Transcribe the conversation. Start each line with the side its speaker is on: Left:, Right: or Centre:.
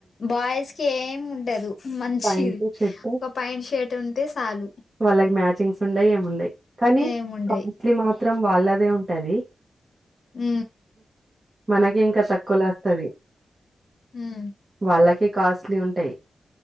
Left: బాయ్స్ కి ఏం ఉండదు మంచిది
Right: ప్యాంటు, షర్టు
Left: ఒక ప్యాంట్ షర్ట్ ఉంటే చాలు
Right: వాళ్ళకి మ్యాచింగ్స్ ఉండయి ఏమిండయి కానీ
Left: ఏముండయి
Right: కాస్ట్లీ మాత్రం త్రం వాళ్ళదే ఉంటది
Left: ఊ
Right: మనకి ఇంకా తక్కువలో వస్తది
Left: హ్మ్.
Right: వాళ్ళకి కాస్ట్లీ ఉంటాయి